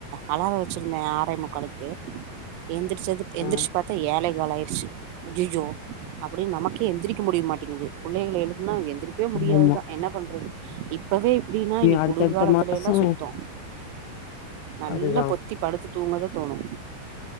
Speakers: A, on the right; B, on the left.
A: அலார வச்சிருந்தே ஆறே முக்காளுக்கு எந்திர்ச்சது எந்திரிச்
B: ஆ
A: பாத்தா ஏழைக் காலாய்ச்சு ஐய்யய்யோ அப்டின் நமக்கே எந்திரிக்க முடிய்மாட் டிங்குது புள்ளேகள எளுப் புனா எந்திரிக்கவே முடியாதுதா
B: ஆமா
A: என்னா பண்றது இப் பவே இப்டின்னா இனி
B: அடுத்தடுத்த
A: குளுர்காலத்
B: மாசோ
A: துலேலா சுத்தோ நல்லா
B: அதுதா
A: பொத்தி படுத்து தூங்கதா தோணு